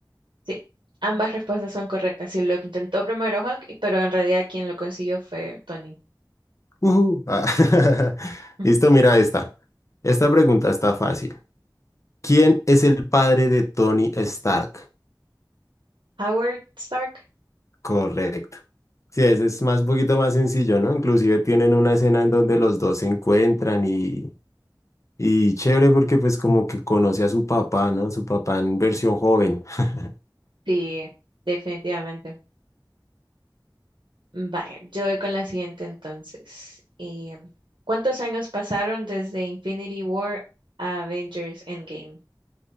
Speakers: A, on the right; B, on the left.
A: Sí, ambas respuestas son correctas. Sí, lo intentó primero Hulk, pero en realidad quien lo consiguió fue Tony.
B: Ujú. Ah, <laughs>
A: <laughs>
B: Listo, mira esta. Esta pregunta está fácil. ¿Quién es el padre de Tony Stark?
A: Howard Stark.
B: Correcto. Sí, ese es más un poquito más sencillo, ¿no? Inclusive tienen una escena en donde los dos se encuentran y, y chévere porque pues como que conoce a su papá, ¿no? Su papá en versión joven. <laughs>
A: Sí, definitivamente. Vale, yo voy con la siguiente entonces. Eh, ¿cuántos años pasaron desde Infinity War a Avengers Endgame?